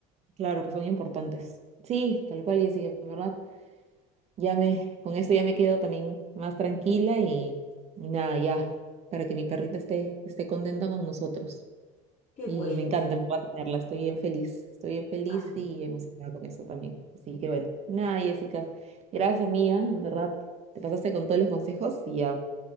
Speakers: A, on the right (about 40°); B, on the left (about 40°).
A: Claro que son importantes. Sí, tal cual, y así en verdad, ya me, con esto ya me quedo también más tranquila y, y nada, ya, para que mi perrita esté, esté contenta con nosotros.
B: Qué
A: Y
B: bueno.
A: me encanta,
B: sí.
A: me encanta tenerla, estoy bien feliz, estoy bien feliz
B: Ah,
A: y emocionada con eso también. Así que bueno, nada, Jessica, gracias mía, en verdad, te pasaste con todos los consejos y ya,